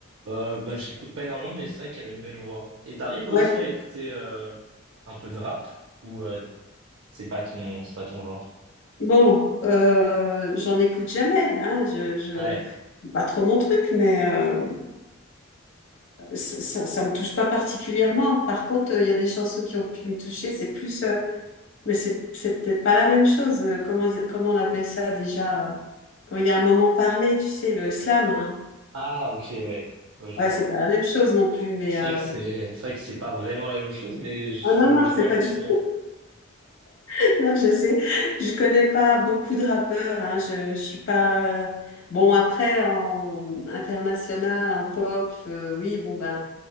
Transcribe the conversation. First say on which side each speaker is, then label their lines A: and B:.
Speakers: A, on the right; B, on the left.
A: Euh, bah, j'écoute pas énormément, mais c'est vrai qu'elle a une belle voix. Et t'arrives aussi
B: Ouais.
A: à écouter euh, un peu de rap ou euh, c'est pas ton c'est pas ton genre?
B: Bon, euh, j'en écoute jamais, hein. Je, je...
A: Ouais.
B: c'est Pas trop mon truc, mais euh, ça, ça, ça me touche pas particulièrement. Par contre, euh, il y a des chansons qui ont pu me toucher. C'est plus, euh, mais c'est c'est peut-être pas la même chose. Euh, Comment, comment on appelle ça déjà? euh, Quand il y a un moment parlé, tu sais, le slam. hein.
A: Ah ok ouais. Ouais, je
B: Ouais,
A: vois.
B: c'est pas la même chose non plus, mais
A: C'est
B: euh,
A: vrai que c'est c'est vrai que c'est pas vraiment la même chose, mais je
B: Ah non, non,
A: je vois
B: c'est
A: le
B: pas
A: délire.
B: du tout. <laughs> Non, je sais, je connais pas beaucoup de rappeurs. Hein. Je, je suis pas. euh, Bon, après, en international, en pop, euh, oui, bon, ben,